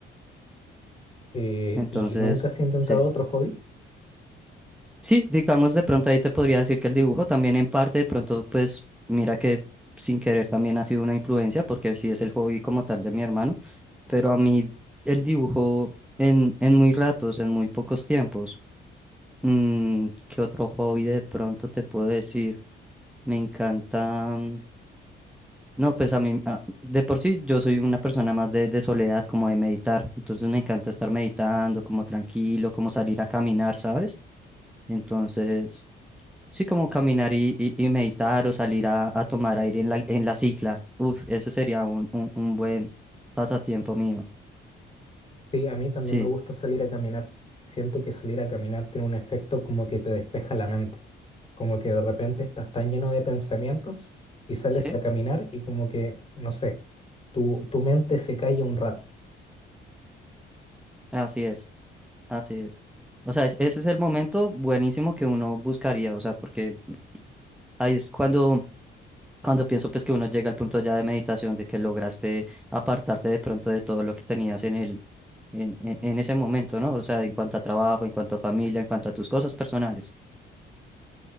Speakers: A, on the left (about 30°); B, in the centre.
A: Eh,
B: Entonces,
A: ¿y nunca has intentado
B: sí.
A: otro hobby?
B: Sí, digamos de pronto ahí te podría decir que el dibujo también en parte de pronto pues mira que sin querer también ha sido una influencia porque sí es el hobby como tal de mi hermano. pero a mí el dibujo en, en muy ratos, en muy pocos tiempos. Mm, ¿qué otro hobby de pronto te puedo decir? Me encanta... mm, No, pues a mí, ah, de por sí yo soy una persona más de, de soledad, como de meditar, entonces me encanta estar meditando, como tranquilo, como salir a caminar, ¿sabes? Entonces, sí, como caminar y, y, y meditar o salir a, a tomar aire en la, en la cicla, uf, ese sería un, un, un buen pasatiempo mío,
A: Sí, a mí también
B: sí,
A: me gusta salir a caminar. Siento que salir a caminar tiene un efecto como que te despeja la mente. como que de repente estás tan lleno de pensamientos y sales
B: sí,
A: a caminar y como que, no sé, tu, tu mente se calla un rato.
B: así es. Así es. O sea, es- ese es el momento buenísimo que uno buscaría, o sea, porque ahí es cuando, cuando pienso pues que uno llega al punto ya de meditación, de que lograste apartarte de pronto de todo lo que tenías en el, en, en, en ese momento, ¿no? O sea, en cuanto a trabajo, en cuanto a familia, en cuanto a tus cosas personales.